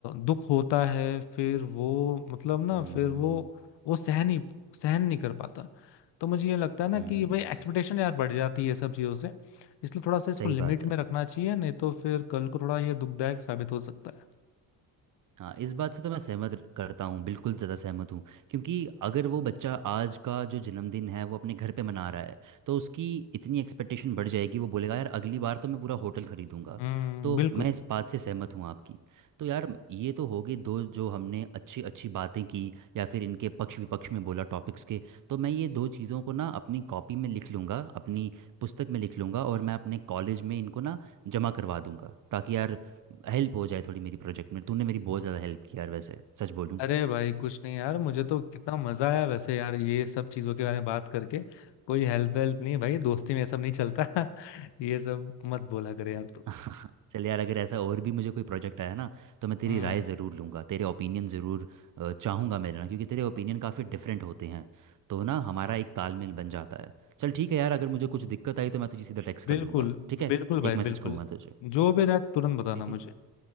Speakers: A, on the left; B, on the right.
A: दुख होता है फिर वो मतलब ना
B: हम्म
A: फिर वो वो सहन ही सहन नहीं कर पाता तो मुझे ये लगता है ना
B: हम्म,
A: कि भाई एक्सपेक्टेशन यार बढ़ जाती है सब चीज़ों से इसलिए थोड़ा सा इसको
B: सही
A: लिमिट
B: बात है
A: में रखना चाहिए नहीं तो फिर कल को थोड़ा ये दुखदायक साबित हो सकता है
B: हाँ इस बात से तो मैं सहमत करता हूँ बिल्कुल ज़्यादा सहमत हूँ क्योंकि अगर वो बच्चा आज का जो जन्मदिन है वो अपने घर पे मना रहा है तो उसकी इतनी एक्सपेक्टेशन बढ़ जाएगी वो बोलेगा यार अगली बार तो मैं पूरा होटल खरीदूंगा
A: हम्म
B: तो
A: बिल्कुल
B: मैं इस बात से सहमत हूँ आपकी तो यार ये तो हो गई दो जो हमने अच्छी अच्छी बातें की या फिर इनके पक्ष विपक्ष में बोला टॉपिक्स के तो मैं ये दो चीज़ों को ना अपनी कॉपी में लिख लूँगा अपनी पुस्तक में लिख लूँगा और मैं अपने कॉलेज में इनको ना जमा करवा दूंगा ताकि यार हेल्प हो जाए थोड़ी मेरी प्रोजेक्ट में तूने मेरी बहुत ज़्यादा हेल्प की यार वैसे सच बोलूँ
A: अरे भाई कुछ नहीं यार मुझे तो कितना मजा आया वैसे यार ये सब चीज़ों के बारे में बात करके कोई हेल्प वेल्प नहीं भाई दोस्ती में ये सब नहीं चलता <laughs> ये सब मत बोला करे यार तू
B: <laughs> चल यार अगर ऐसा और भी मुझे कोई प्रोजेक्ट आया ना तो मैं तेरी
A: हम्म
B: राय ज़रूर लूँगा तेरे ओपिनियन ज़रूर अ, चाहूँगा मैं लेना क्योंकि तेरे ओपिनियन काफ़ी डिफरेंट होते हैं तो ना हमारा एक तालमेल बन जाता है चल ठीक है यार अगर मुझे कुछ दिक्कत आई तो मैं तुझे सीधा टेक्स्ट
A: बिल्कुल
B: कर दूंगा ठीक है
A: बिल्कुल
B: एक
A: भाई
B: मैसेज
A: बिल्कुल
B: कहूँ मैं तुझे
A: जो भी रहे तुरंत बताना
B: ठीक है
A: मुझे